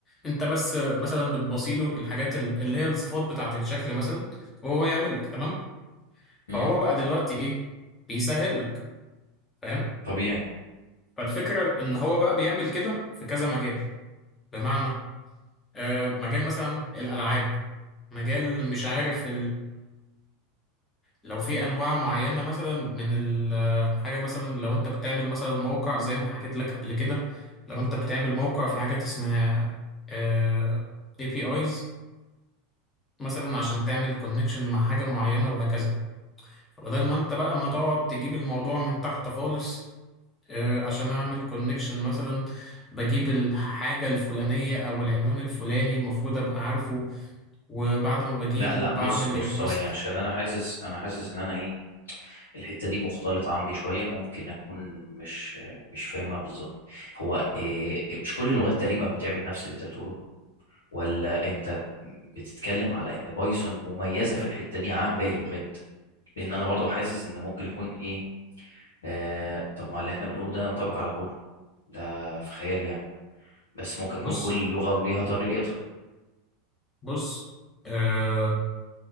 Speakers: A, on the left (about 20°); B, on the left (about 65°).
A: انت بس مثلا بتبصيله الحاجات ال- اللي هي الصفات بتاعة الشكل مثلا وهو يعمل لك تمام فهو
B: امم
A: بقى دلوقتي ايه بيسهل لك فاهم
B: طبيعي
A: فالفكرة ان هو بقى بيعمل كده في كذا مجال بمعنى آه، مجال مثلا الالعاب مجال مش عارف لو في انواع معينه مثلا من الحاجه مثلا لو انت بتعمل مثلا موقع زي ما حكيت لك قبل كده لو انت بتعمل موقع في حاجات اسمها آه، APIs مثلا عشان تعمل كونكشن مع حاجه معينه وهكذا فبدل ما انت بقى ما تقعد تجيب الموضوع من تحت خالص آه، عشان اعمل كونكشن مثلا بجيب الحاجه الفلانيه او العنوان الفلاني المفروض ابقى عارفه وبعد ما بجيبه
B: لا لا
A: بعمل
B: بص بص
A: ريكوست
B: ثواني عشان انا حاسس انا حاسس ان انا ايه الحتة دي مختلطة عندي شوية ممكن اكون مش مش فاهمها بالظبط هو إيه مش كل اللغات تقريبا بتعمل نفس اللي انت بتقوله ولا انت بتتكلم على ان بايثون مميزة في الحتة دي عن باقي اللغات لان انا برضو حاسس ان ممكن يكون ايه آه طب ما اللي احنا بنقوله ده ينطبق على كله ده في خيال يعني بس ممكن
A: بص
B: يكون كل لغة وليها طريقتها
A: بص آه،